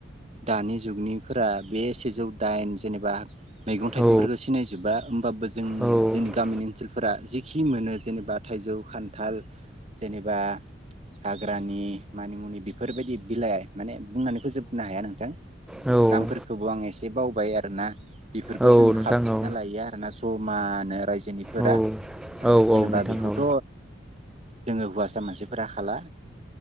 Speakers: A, on the right; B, in the centre.
A: दानि जुगनिफोरा बे सेजौ दाइन जेनेबा मैगं थाइगंफोरखो
B: औ
A: सिनायजोबा होमबाबबो जों
B: औ
A: जोंनि गामिनि ओनसोल फोरा जिखिनि मोनो जेनेबा थाइजौ खान्थाल जेनेबा हाग्रानि मानि मुनि बेफोरबायदि बिलाइ माने बुंनानै फजोबनो हाया नोंथां
B: औ
A: नामफोरखौबो
B: औ
A: आं एसे एसे बावबाय आरोना बेफोरखो
B: औ
A: जों
B: नोंथां
A: खाबथिंना
B: औ
A: लायो आरोना जमानो रायजो निफोरा
B: औ औ
A: जेनेबा
B: औ नोंथां
A: बेखौथ'
B: औ
A: जोङो हौवासा मानसिफोरा खााला